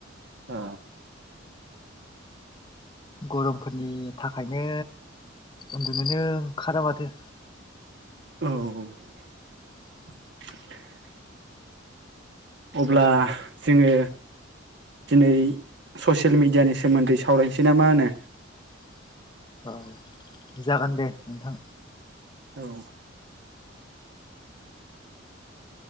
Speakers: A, on the right; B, on the left.
A: ओ
B: गरमफोरनि थाखायनो उन्दुुनोनो ओंखारा माथो
A: औ अब्ला जोङो दिनै ससियेल मिडियानि सोमोन्दै सावरायनोसै ना मा होनो
B: औ जागोन दे नोंथां
A: औ